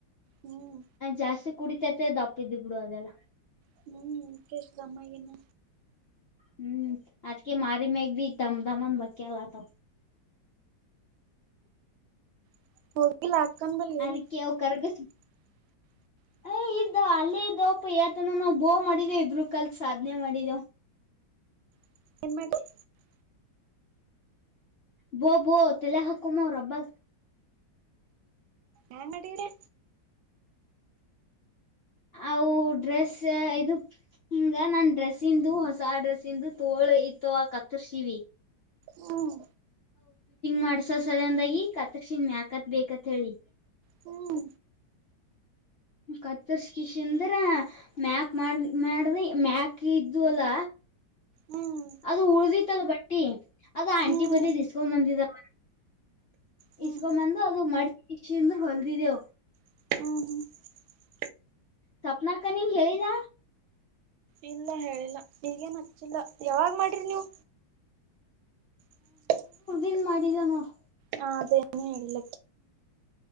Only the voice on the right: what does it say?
ಹ್ಮ್
ಹ್ಮ್ ಕಸಿದಮ್ಮಗನ್ನು
ಹೋಗಿಲ್ಲ. ಅಕ್ಕನ್ ಬಲ್ಲಿ
<inaudible>
<inaudible>
ನ್ಂಗಡಿರೆ.
ಹ್ಮ್
ಹ್ಮ್.
ಹ್ಮ್
ಹ್ಮ್
ಹ್ಮ್
ಹ್ಮ.
ಇಲ್ಲ ಹೇಳಿಲ್ಲ ಈಗೇನ್ ಹಚ್ಚಿಲ್ಲ ಯಾವಾಗ್ ಮಾಡ್ರಿ ನೀವು. <inaudible>
ಹ ಅದೇನೇ ಇಲ್ಲ.